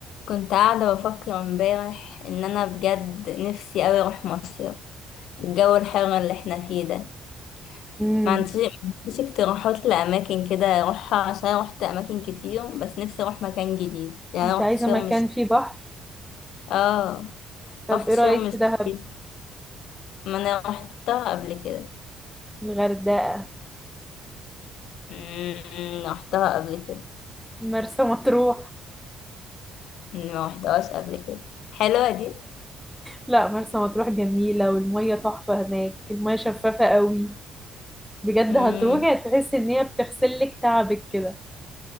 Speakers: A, on the left; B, in the centre.
A: كنت قاعدة بفكر امبارح ان انا بجد نفسي اوي اروح مصيف في الجو الحر اللي احنا فيه ده
B: امم
A: ما عنديش ما عنديش اقتراحات لاماكن كده اروحها عشان أنا روحت اماكن كتير بس نفسي اروح مكان جديد يعني
B: انت
A: أنا روحت
B: عايزة
A: شرم
B: مكان
A: الشيخ
B: فيه بحر
A: اه
B: طب
A: روحت
B: ايه رأيك
A: شرم الشيخ
B: في دهب
A: ما انا روحتها قبل كده
B: الغردقة
A: أمم، روحتها قبل كده
B: مرسى مطروح
A: ما روحتهاش قبل كده حلوة دي
B: لا مرسى مطروح جميلة والمية تحفة هناك المية شفافة قوي بجد
A: امم
B: هتروحي هتحسي ان هي بتغسلك تعبك كده